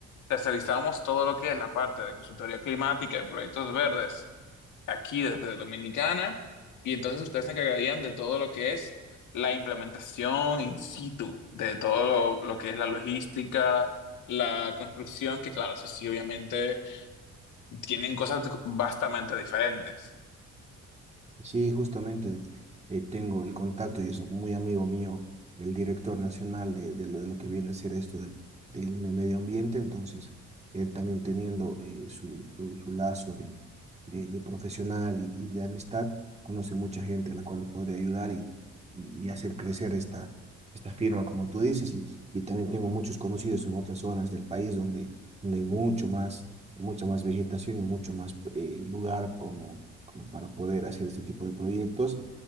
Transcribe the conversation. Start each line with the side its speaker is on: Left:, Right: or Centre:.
Left: tercerizamos todo lo que es la parte de consultoría climática y proyectos verdes aquí desde Dominicana y entonces ustedes se encargarían de todo lo que es la implementación in situ, de todo lo, lo que es la logística, la construcción, que claro, eso sí, obviamente tienen cosas vastamente diferentes.
Right: Sí, justamente eh, tengo el contacto y es muy amigo mío, el director nacional de, de lo, de lo que viene a ser esto de- del me- medio ambiente, entonces él también teniendo eh, su, su, su lazo de, de, de profesional y, y de amistad, conoce mucha gente a la cual nos podría ayudar y, y hacer crecer esta, esta firma, como tú dices, y, y también tengo muchos conocidos en otras zonas del país donde, donde hay mucho más, mucha más vegetación y mucho más eh, lugar como como para poder hacer este tipo de proyectos,